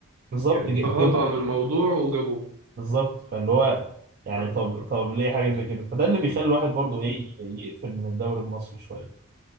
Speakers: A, on the right; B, on the right.
A: بالظبط
B: يعني
A: ج-
B: تغاضوا
A: جابه
B: عن الموضوع وجابوه
A: بالظبط فاللي هو يعني
B: فاهمك
A: طب
B: آه.
A: طب ليه حاجة زي كده فده اللي بيخلي الواحد برضه إيه ي- يقفل من الدوري المصري شوية